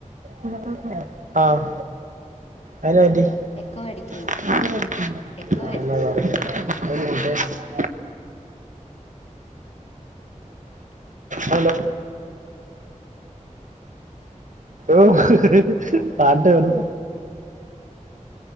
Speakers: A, on the right; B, on the left.
A: <unintelligible> ആഹ് അയ്നടി <unintelligible>
B: എക്കോ അടിക്കുന്നു എക്കോ അടിക്കുന്നു
A: അതല്ലാ ഓഹ്
B: ഓക്കെ
A: പാട്ട് വേണം